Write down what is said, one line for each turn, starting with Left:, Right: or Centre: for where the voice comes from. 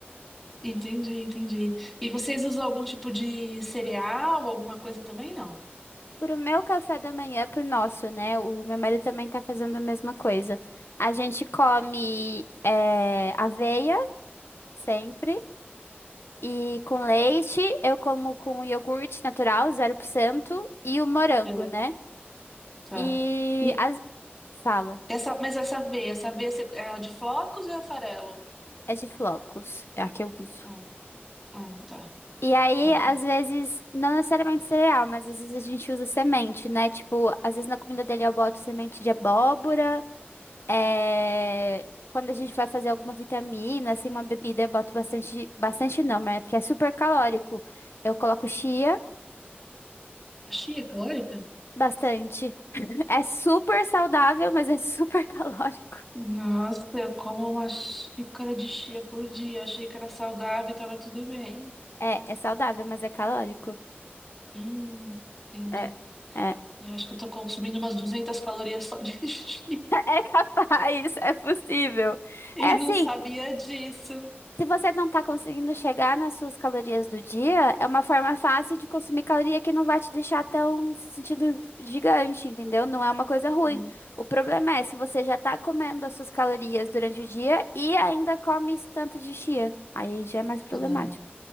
Centre: Entendi, entendi. E vocês usam algum tipo de cereal, alguma coisa também? Não.
Left: Pro meu café da manhã, pro nosso, né? O meu marido também tá fazendo a mesma coisa. A gente come é, aveia, sempre, e com leite. Eu como com iogurte natural, zero por cento, e o morango,
Centre: É,
Left: né?
Centre: tá.
Left: E
Centre: E
Left: as... fala,
Centre: essa, mas essa aveia, essa aveia você- é a de flocos ou é a farelo?
Left: é de flocos, é a que eu uso.
Centre: Ah, ah, tá.
Left: E aí,
Centre: Ok.
Left: às vezes, não necessariamente cereal, mas às vezes a gente usa semente, né? Tipo, às vezes na comida dele eu boto semente de abóbora. É, Quando a gente vai fazer alguma vitamina, assim, uma bebida, eu boto bastante. Bastante não, mas é porque é super calórico. Eu coloco chia
Centre: Chia calórica?
Left: bastante. <laughs> É super saudável, mas é super <laughs> calórico.
Centre: Nossa, eu como uma xícara de chia por dia. Achei que era saudável e tava tudo bem.
Left: É, é saudável, mas é calórico.
Centre: Hum, entendi.
Left: É, é. <laughs>
Centre: Eu acho que eu tô consumindo umas 200 calorias só de <laughs> chia.
Left: É capaz, é possível.
Centre: E
Left: É
Centre: não
Left: assim.
Centre: sabia disso.
Left: Se você não está conseguindo chegar nas suas calorias do dia, é uma forma fácil de consumir caloria que não vai te deixar tão sentido gigante, entendeu? Não é uma coisa ruim.
Centre: Hum.
Left: O problema é se você já está comendo as suas calorias durante o dia e ainda come esse tanto de chia. Aí já é mais problemático.
Centre: Ah,